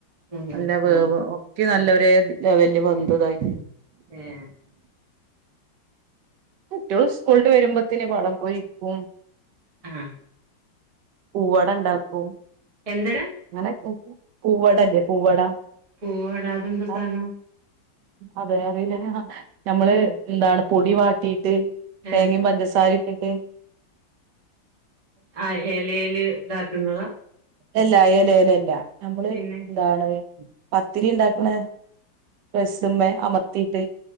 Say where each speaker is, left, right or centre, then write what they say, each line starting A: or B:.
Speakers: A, on the right; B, on the right.
A: ആഹ്
B: നല്ല വേവ്
A: ആഹ്
B: ഒട്ടി നല്ലൊര് ലെവൽല് വെന്തുതായി
A: ഏഹ്
B: കുട്ട്യോള് സ്കൂൾട്ട് വരുമ്പത്തിന് പഴം പൊരിയ്ക്കും.
A: ആഹ്
B: പൂവടണ്ടാക്കും.
A: എന്തട?
B: അങ്ങന പൂവടല്ലേ പൂവട
A: പൂവടാ അതെന്താ
B: ആ
A: സാധനം
B: അതെ അറീല്ലാ നമ്മള് എന്താണ് പൊടി വാട്ടീട്ട്
A: ഏഹ്
B: തേങ്ങെം പഞ്ചസാരെട്ടിട്ട്
A: ആഹ് എലേല് ഇതാക്കുന്നതാ?
B: എല്ല എലേലല്ല. നമ്മള്
A: പിന്നെ
B: ന്താണ് പത്തിരി ഇണ്ടാക്ക്ണെ പ്രസ്സുമ്മേ അമർത്തീട്ട്